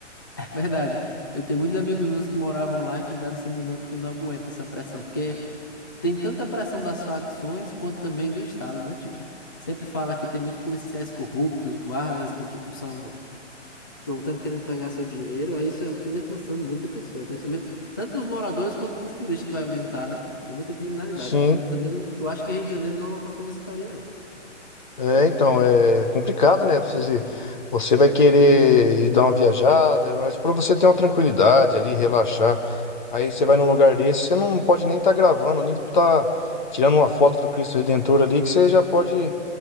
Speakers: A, on the left; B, on the left.
A: <laughs> É Verdade. Eu tenho muitos amigos meus que moravam lá e findaram se mudando porque não aguenta essa pressão. Porque tem tanta pressão das facções quanto também do Estado, né? Tipo, sempre fala que tem muitos policiais corruptos, guardas que, tipo, são. Estão sempre querendo pegar seu dinheiro. Aí isso finda cansando muita pessoa, principalmente tanto para os moradores quanto para os turistas que vai visitar, né? Tem muita criminalidade.
B: Sim.
A: Também não, eu acho que Rio de Janeiro não é um local que eu visitaria, não.
B: É, então, é complicado, né? Você, você vai querer ir dar uma viajada, mas para você ter uma tranquilidade ali, relaxar. Aí você vai num lugar desse, você não pode nem estar gravando, nem estar tirando uma foto do Cristo Redentor ali, que você já pode